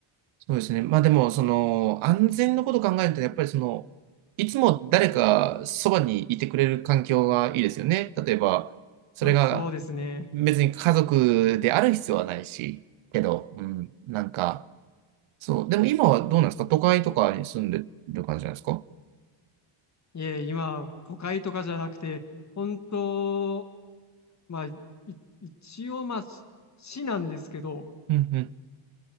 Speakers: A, on the right; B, on the left.
A: そうですね。まあでも、その、安全のことを考えると、やっぱりその、いつも誰かそばにいてくれる環境がいいですよね。例えば、それが
B: まあ、そうですね。
A: 別に家族である必要はないし、けど、うん。なんか、そう。でも今はどうなんですか都会とかに住んでる感じなんですか
B: いえ、今、都会とかじゃなくて、本当、まあ、い一応、まあ、し市なんですけど、
A: うんうん。